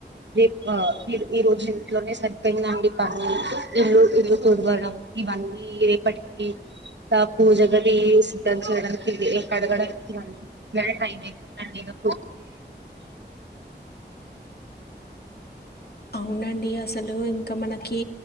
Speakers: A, on the right (about 80°); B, on the left (about 60°).
A: రేప్ ఆ ఈ ఈరోజు ఇంట్లోనే సరిపోయిందండి. <inaudible> ఇల్లు ఇల్లు తుడవడం ఇవన్నీ రేపటికి ఆ పూజ గది సిద్ధం చేయడం, ఇగ కడగడానికి లేదు
B: అవునండి అసలు ఇంకా మనకి